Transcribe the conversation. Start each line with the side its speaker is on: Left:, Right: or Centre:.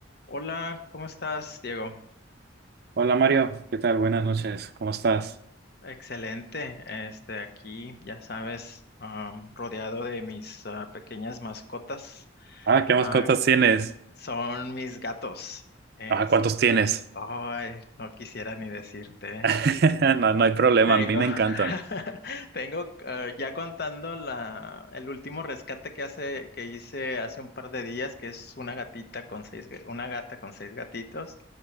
Left: Hola, ¿cómo estás, Diego?
Right: Hola Mario, ¿qué tal? Buenas noches, ¿cómo estás?
Left: Excelente. Este, aquí, ya sabes, am, rodeado de mis ah, pequeñas mascotas.
Right: Ah, ¿qué más
Left: Ah,
Right: mascotas tienes?
Left: son mis gatos. Este,
Right: Ah, ¿cuántos tienes?
Left: ay, no quisiera ni decirte.
Right: <laughs> No, no hay problema,
Left: Tengo,
Right: a mí me encantan.
Left: <laughs> tengo, ah, ya contando la, el último rescate que hace, que hice hace un par de días, que es una gatita con seis, ga- una gata con seis gatitos.